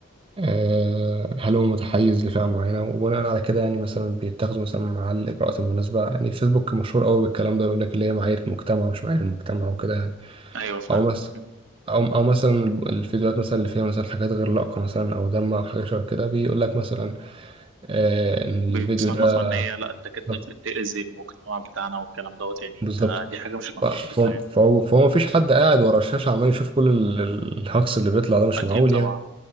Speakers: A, on the right; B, on the right.
A: آه، هل هو متحيز لفئة معينة وبناء على كده يعني مثلا بيتاخدوا مثلا مع الإجراءات المناسبة يعني فيسبوك مشهور قوي بالكلام ده يقول لك اللي هي معايير المجتمع مش معايير المجتمع وكده يعني
B: أيوه فاهم
A: أو مثلا او او مثلا الفيديوهات مثلا اللي فيها مثلا حاجات غير لائقه مثلا او دم او حاجه شبه كده بيقول لك مثلا آه ان
B: بيصنفها
A: الفيديو ده
B: ان هي لا انت كده
A: بالظبط
B: بتأذي المجتمع بتاعنا والكلام دوت يعني
A: بالظبط
B: آه، دي حاجة مش مقبولة
A: ف- فهو
B: يعني
A: فهو فهو مفيش حد قاعد ورا الشاشه عمال يشوف كل ال- ال- الهجص اللي بيطلع ده مش
B: اكيد
A: معقول
B: طبعا
A: يعني